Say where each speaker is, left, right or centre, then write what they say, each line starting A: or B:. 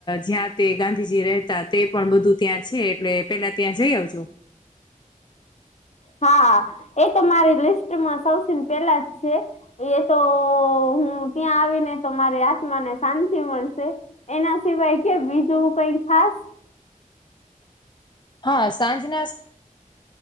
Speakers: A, on the left (about 35°); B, on the left (about 55°).
A: જ્યાં તે ગાંધીજી રહેતા તે પણ બધું ત્યા છે એટલે પેલા ત્યાં જઈ આવજો.
B: હા, એ તો મારી લિસ્ટમાં સૌથી પેલા જ છે. એ તો હું ત્યાં આવીને તો મારી આત્મા ને શાંતિ મળશે. એના સિવાય કે, બીજું કઈ ખાસ?
A: હા, સાંજના સ